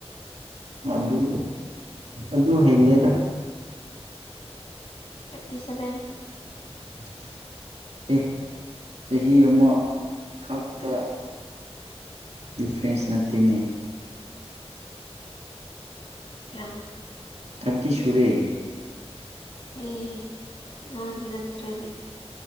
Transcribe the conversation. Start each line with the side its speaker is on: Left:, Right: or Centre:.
Right: ꯑꯗꯨ ꯑꯗꯨ ꯍꯂꯦꯗ
Left: ꯇ꯭ꯋꯦꯟꯇꯤ ꯁꯚꯦꯟ
Right: <unintelligible> ꯆꯍꯤ ꯑꯃ ꯈꯥꯛꯛꯇ ꯗꯤꯐ꯭ꯔꯦꯦꯟꯁ ꯅ ꯅ
Left: ꯑ
Right: ꯊꯥꯔꯇ ꯁꯨꯔꯦ
Left: ꯑꯦꯉꯥꯡꯉꯅꯠꯇꯦꯅꯦ